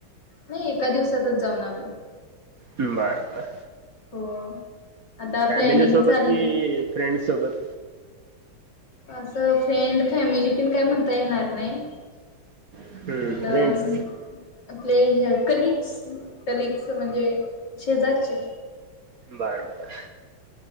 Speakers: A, on the left; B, on the right.
A: नाही एका दिवसातच जाऊन आलो.
B: बरं. बरं.
A: हो. आता
B: फॅमिली
A: प्लॅनिंग
B: सोबत
A: चालली
B: कि. फ्रेंड्स सोबत.
A: असं फ्रेंड फॅमिली पिण काय म्हणता येणार नाही
B: हम्म.
A: आपलं
B: फ्रेंड्स
A: आपले कलीगस. कलिकस म्हणजे? शेजारचे.
B: बरं-बरं